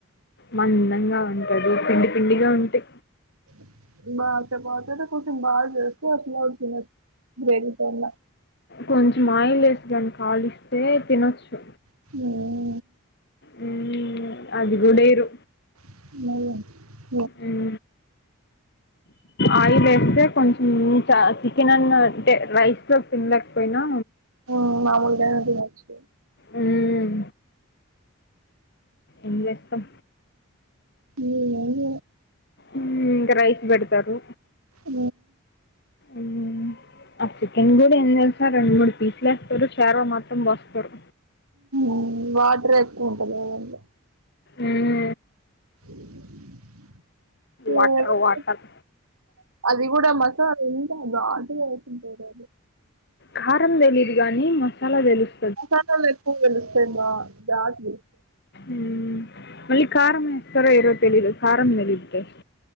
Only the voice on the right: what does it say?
<unintelligible> మాతే బతే కొ బాగా చేస్తకు అసలు ఉతుిన బేవ పలా
ఆ
హమ్
ఉం మాముూలుగా అయిన తినవచ్చు
ఉం అవును
ఆ
ఉం వాటర్ ఎక్కువ ఉంటధి దాంట్లో
<unintelligible>
అది కూడా మసాలా ఉంట ఘాటుగా వేసింటాడు అది
మసాలాలు ఎక్కువ తెలుస్తాయి గా గాటు